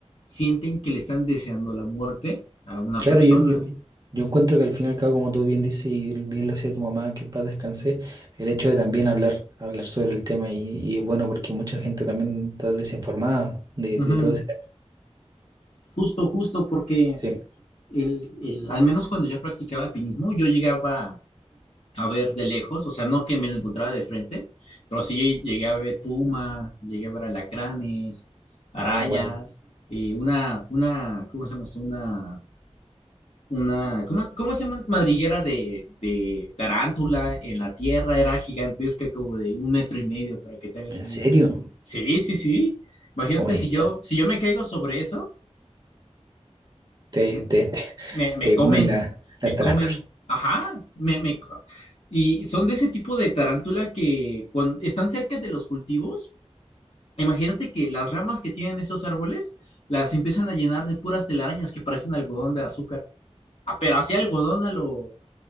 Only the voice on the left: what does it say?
sienten que le están deseando la muerte a una
persona
Ujú,
Justo, justo, porque
el, el- al menos cuando ya practicaba alpinismo, yo llegaba a ver de lejos, o sea, no que me lo encontrara de frente, pero sí lle- llegué a ver puma, llegué a ver alacranes, arañas,
eh, una, una, ¿cómo se llama esto? Una, una, ¿cómo, cómo se llama? Madriguera de, de tarántula en la tierra, era gigantesca, como de un metro y medio, para que te hagas
una
idea. Sí, sí, sí. Imagínate
si
yo, si yo me caigo sobre eso.
No,
me, me
comen,
me
comen, ajá, me, me, co- y son de ese tipo de tarántula que cuando están cerca de los cultivos, imagínate que las ramas que tienen esos árboles las empiezan a llenar de puras telarañas que parecen algodón de azúcar, Ah, pero así algodón a lo,